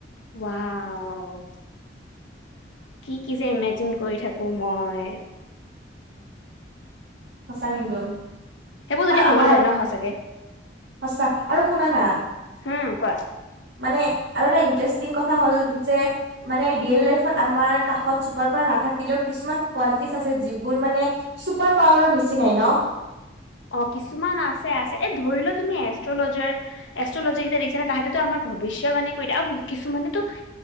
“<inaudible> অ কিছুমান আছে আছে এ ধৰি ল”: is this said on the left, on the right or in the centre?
Left